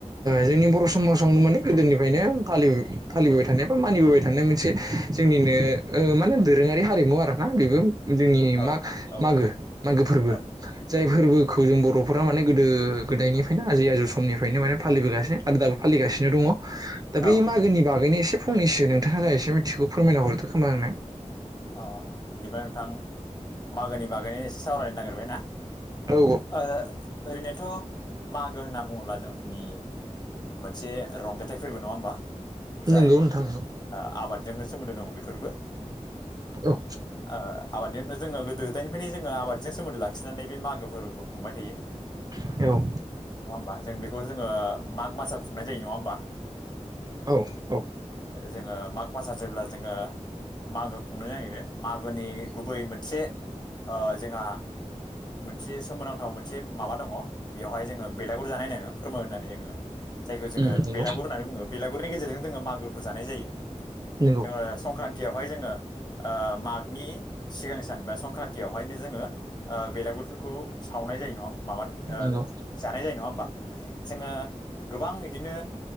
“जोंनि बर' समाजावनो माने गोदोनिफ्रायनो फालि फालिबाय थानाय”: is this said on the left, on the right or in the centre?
Right